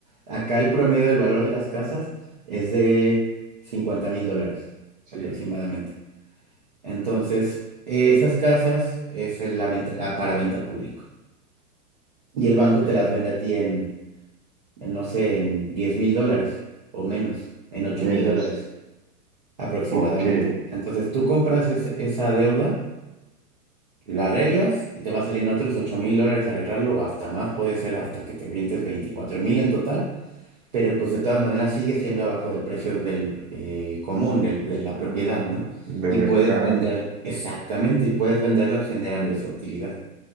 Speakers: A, on the right (about 35°); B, on the right (about 60°).
A: Acá el promedio del valor de las casas es de cincuenta mil dólares
B: sí,
A: aproximadamente. Entonces, esas casas es en la venta, ah, para venta público. Y el banco
B: sí.
A: te las vende a ti en, en, no sé, en diez mil dólares o menos, en
B: Menos.
A: ocho mil dólares. aproximadamente.
B: Ok.
A: Entonces tú compras es- esa deuda, la arreglas y te va a salir en otros ocho mil dólares arreglarlo o hasta más, puede ser hasta que te vientes veinticuatro mil en total, pero pues de todas maneras sigue siendo abajo del precio del eh, común, del- de la
B: em,
A: propiedad, ¿no?
B: de
A: Y
B: mercado.
A: puedes vender, exactamente, y puedes venderla generando esa utilidad.